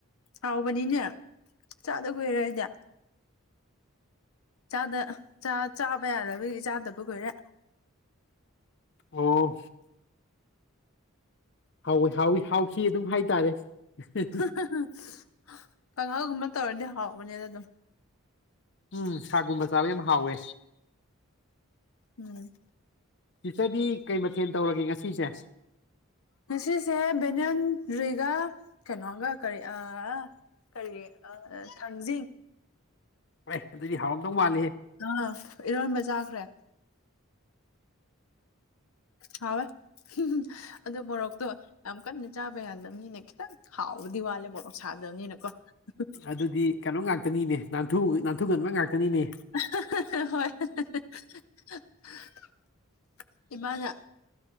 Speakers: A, on the left (about 85°); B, on the left (about 55°).
A: ꯍꯥꯎꯕꯅꯤꯅꯦ ꯆꯥꯗ ꯀꯨꯏꯔꯦ ꯑꯩꯗꯤ ꯆꯥꯗ ꯆꯥ ꯆꯥꯕ ꯌꯥꯗꯕꯒꯤ ꯆꯥꯗꯕ ꯀꯨꯏꯔꯦ
B: ꯑꯣ ꯍꯥꯎꯋꯤ ꯍꯥꯎꯋꯤ ꯍꯥꯎꯈꯤ ꯑꯗꯨꯝ ꯍꯥꯏꯇꯥꯔꯦ <unintelligible>
A: <unintelligible> ꯀꯥꯡꯉꯧꯒꯨꯝꯕ ꯇꯧꯔꯗꯤ ꯍꯥꯎꯕꯅꯦꯗ ꯗꯨꯝ
B: ꯎꯝ ꯁꯥꯒ ꯒꯨꯝꯕ ꯆꯥꯕ ꯌꯥꯝ ꯍꯥꯎꯋꯦ
A: ꯎꯝ
B: ꯁꯤꯁꯇꯔꯗꯤ ꯀꯩ ꯃꯊꯦꯜ ꯇꯧꯔꯒꯦ ꯉꯁꯤꯁꯦ
A: ꯉꯁꯤꯁꯦ ꯕꯦꯅꯟ ꯗ꯭ꯔꯤꯒ ꯀꯩꯅꯣꯒ ꯀꯔꯤ ꯑꯥ ꯀꯔꯤ ꯑ ꯑꯩ ꯊꯪꯖꯤꯡ
B: <unintelligible> ꯑꯗꯨꯗꯤ ꯍꯥꯎꯔꯝꯗꯧ ꯃꯥꯜꯂꯦ
A: ꯑꯥ ꯏꯔꯣꯟꯕ ꯆꯥꯈꯔꯦ ꯍꯥꯎꯋꯦ <unintelligible> ꯑꯗꯣ ꯃꯣꯔꯣꯛꯇꯣ ꯌꯥꯝ ꯀꯟꯅ ꯆꯥꯕ ꯌꯥꯗꯝꯅꯤꯅ ꯈꯤꯇꯪ ꯍꯥꯎꯕꯗꯤ ꯋꯥꯠꯂꯦ ꯃꯣꯔꯣꯛ ꯁꯥꯗꯕꯅꯤꯅꯀꯣ <unintelligible>
B: ꯑꯗꯨꯗꯤ ꯀꯩꯅꯣ ꯉꯥꯛꯇꯅꯤꯅꯦ ꯅꯥꯟꯊꯨ ꯅꯥꯟꯊꯨꯒꯟꯕ ꯉꯥꯛꯇꯅꯤꯅꯦ
A: <unintelligible> ꯍꯣꯏ <unintelligible> ꯏꯃꯥꯅ